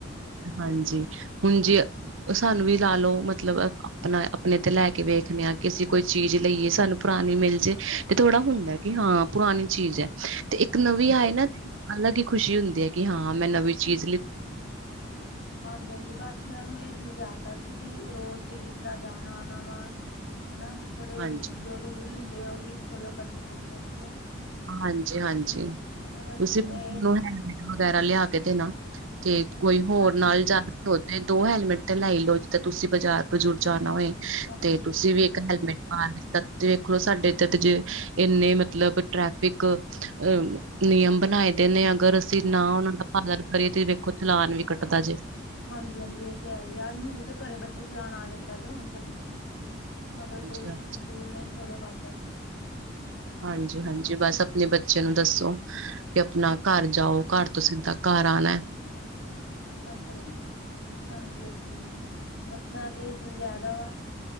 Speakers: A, on the right; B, on the left.
A: ਹਾਂਜੀ, ਹੁਣ ਜੇ ਓ ਸਾਨੂੰ ਵੀ ਲਾ ਲਓ, ਮਤਲਬ ਆਪਣਾ-ਆਪਣੇ ਤੇ ਲੈ ਕੇ ਵੇਖਣੇ ਆ, ਕਿਸੀਂ ਕੋਈ ਚੀਜ਼ ਲਈਏ ਸਾਨੂੰ ਪੁਰਾਨੀ ਮਿਲ ਜੇ, ਤੇ ਥੋੜਾ ਹੁੰਦਾ ਕੀ ਹਾਂ, ਪੁਰਾਨੀ ਚੀਜ਼ ਐ ਤੇ ਇੱਕ
B: ਹਾਂਜੀ।
A: ਨਵੀਂ ਆਏ ਨਾ, ਅਲੱਗ ਈ ਖੁਸ਼ੀ ਹੁੰਦੀ ਐ ਕਿ ਹਾਂ ਮੈਂ ਨਵੀਂ ਚੀਜ਼ ਲਿ
B: ਹਾਂਜੀ, ਹਾਂਜੀ, ਬਸ ਮੈਂ ਓਨੂੰ ਇਹ ਸਮਝਾ ਤਾਂ ਸੀ ਬੀ ਰੋਡ ਤੇ ਕਿਸ ਤਰ੍ਹਾਂ ਜਾਣਾ-ਆਨਾ ਵਾ ਹਨਾ ਥੋੜੇ
A: ਹਾਂਜੀ
B: ਜੋ ਰੂਲ ਹੁੰਦੇ ਆ ਓਹ ਵੀ ਫੋਲੋ ਕਰਨੇ ਪੈਂਦੇ ਨੇ ਕਿਉਂ
A: ਹਾਂਜੀ, ਹਾਂਜੀ,
B: ਹਨਾ ਬਸ
A: ਤੁਸੀਂ <unintelligible>
B: ਇਹ
A: ਵਗੈਰਾ ਲਿਆ ਕੇ ਦੇਨਾ ਤੇ ਕੋਈ ਹੋਰ
B: ਹਾਂਜੀ
A: ਨਾਲ ਜਾਨਾ
B: ਹਾਂਜੀ
A: ਓਥੇ ਦੋ ਹੈਲਮੇਟ ਤੇ ਲੈ ਈ ਲਓ ਜਿੱਦਾਂ ਤੁਸੀਂ ਬਜ਼ਾਰ-ਬਜ਼ੂਰ ਜਾਨਾ ਹੋਏ
B: ਹਾਂਜੀ
A: ਤੇ ਤੁਸੀਂ ਵੀ ਇੱਕ ਹੈਲਮੇਟ ਪਾ ਲੀਤਾ 'ਤੇ ਦੇਖ ਲੋ, ਸਾਡੇ ਏਧਰ ਤੇ ਜੇ ਇੰਨੇ ਮਤਲਬ ਟ੍ਰੈਫਿਕ ਅ ਨਿਯਮ ਬਨਾਏ ਦੇ ਨੇ, ਅਗਰ ਅਸੀਂ ਨਾ ਓਨਾ ਦਾ ਅਗਰ ਕਰੀਏ, ਤੇ ਵੇਖੋ ਚਲਾਨ ਵੀ ਕੱਟਦਾ ਜੇ।
B: ਹਾਂਜੀ, ਹਾਂਜੀ, ਏ-ਤੇ-ਹੈ-ਈ ਐ ਹੁਨ ਤੇ ਘਰੇ ਬੈਠੇ ਚਲਾਣ ਆ ਜਾਂਦਾ ਹੁਣ ਤੇ ਅਗਰ
A: ਹਾਂਜੀ-ਹਾਂਜੀ।
B: ਕੋਈ ਰੂਲ ਨਹੀਂ ਫੋਲੋ ਕਰਦਾ ਤੇ।
A: ਹਾਂਜੀ, ਹਾਂਜੀ, ਬਸ ਆਪਣੇ ਬੱਚੇ ਨੂੰ ਦੱਸੋ ਕਿ ਆਪਣਾ ਘਰ ਜਾਓ, ਘਰ ਤੋਂ ਸਿੱਦਾ, ਘਰ ਆਨਾ।
B: ਹਾਂਜੀ, ਹਾਂਜੀ, ਹਾਂਜੀ, ਹਾਂਜੀ, ਬਸ ਮੈਂ-ਤੇ-ਈ ਸਮਝਾਦਾ ਵਾ